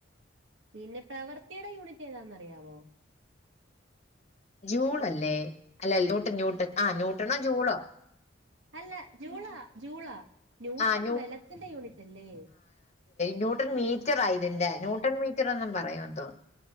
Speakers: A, on the right; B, on the left.
A: പിന്നെ പ്രവർത്തിയുടെ യൂണിറ്റ് ഏതാന്നറിയാവോ
B: ജൂളല്ലേ അല്ല ന്യൂട്ട് ന്യൂട്ട് ആഹ് ന്യൂട്ടണോ ജൂളോ
A: അല്ല ജൂളാ ജൂളാ ന്യൂട്ടൺ
B: ആഹ്
A: ബലത്തിന്റെ യൂണിറ്റ് അല്ലേ
B: ന്യൂട്ടൻ മീറ്റർ ആ ഇതിന്റെ
A: ആഹ്
B: ന്യൂട്ടൻ മീറ്റർ എന്നും പറയും തോ